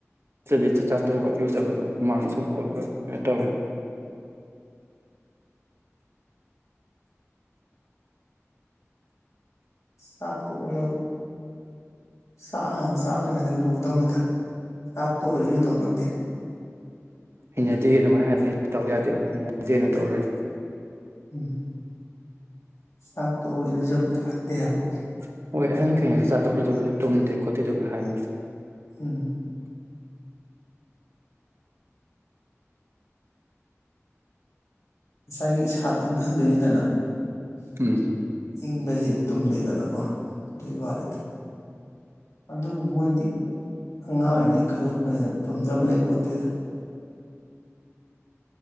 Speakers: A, on the right; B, on the left.
A: ꯇ꯭ꯕꯗꯤ ꯆꯥꯛꯆꯥ ꯊꯣꯛꯑꯒ ꯏꯔꯨꯖꯕꯗꯣ ꯍꯨꯃꯥꯡ ꯁꯧꯕꯗꯣꯠꯂꯒ ꯀꯩꯅꯣ ꯇꯧꯋꯦꯅ
B: ꯆꯥꯛ ꯇꯣꯛꯑꯒ ꯆꯥꯛ ꯍꯥꯟꯅ ꯆꯥꯗ꯭ꯔꯤꯉꯩꯗ ꯂꯨꯗꯧꯅꯤꯗ ꯆꯥꯛ ꯇꯣꯛꯑ ꯏꯔꯨꯗꯧ ꯅꯠꯇꯦ
A: ꯍꯩꯅꯗꯦ ꯑꯗꯨꯃꯥꯏꯅ ꯍꯥꯏꯕꯅꯤ ꯑꯩ ꯇꯧ ꯌꯥꯗꯦꯅ ꯍꯩꯅꯗꯦꯅ ꯇꯧ ꯂꯩꯔꯦ
B: ꯎꯝ ꯁꯥꯛꯇꯣꯛꯑ ꯏꯔꯨꯖꯕꯗꯤ ꯐꯠꯇꯦ ꯍꯥꯏꯕ
A: <unintelligible> <unintelligible>
B: ꯎꯝ ꯉꯁꯥꯏꯒꯤ ꯏꯁꯥꯗ ꯏꯪꯍꯟꯗꯣꯏꯅꯤꯗꯅ
A: ꯎꯝ
B: ꯏꯪꯕꯖꯤꯗꯤ ꯇꯨꯝꯗꯦꯗꯅꯀꯣ ꯑꯗꯨꯒꯤ ꯋꯥꯅꯦꯗ ꯑꯗꯨꯕꯨ ꯃꯣꯏꯗꯤ ꯑꯉꯥꯡꯑꯣꯏꯔꯤꯉꯩ ꯏꯪꯈꯠꯂꯛꯄꯅꯤꯅ ꯇꯨꯝꯗꯕ ꯂꯩ ꯄꯣꯠꯇꯦꯗ